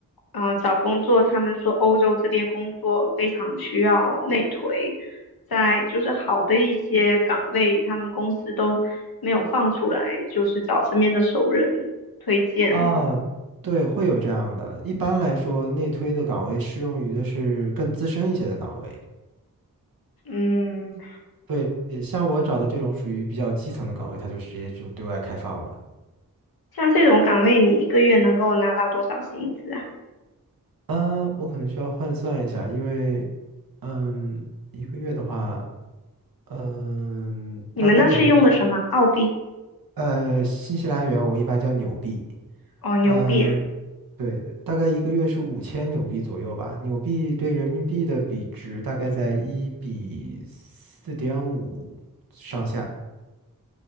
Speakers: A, on the left; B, on the right.
A: 呃，找工作，他们说欧洲这边工作非常需要内推，在就是好的一些岗位，他们公司都没有放出来，就是找身边的熟人推荐。
B: 啊，对，会有这样的。一般来说，内推的岗位适用于的是更资深一些的岗位。
A: 嗯，
B: 对，像我找的这种属于比较基层的岗位，它就直接就对外开放了。
A: 像这种岗位，你一个月能够拿到多少薪资啊？
B: 嗯，我可能需要换算一下，因为，嗯，一个月的话，嗯，
A: 你们那是用的什么？
B: 大概可能是，
A: 澳币？
B: 呃，新西兰元我们一般叫纽币。
A: 哦，纽币啊，
B: 嗯，对，大概一个月是五千纽币左右吧。纽币对人民币的比值大概在一比四点五上下。